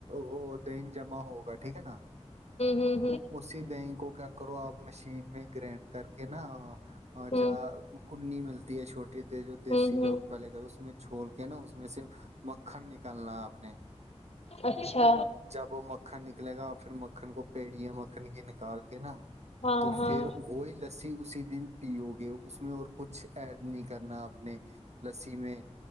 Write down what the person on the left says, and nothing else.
ہوں
ہوں
ہوں ہوں
اچھا
ہاں
ہاں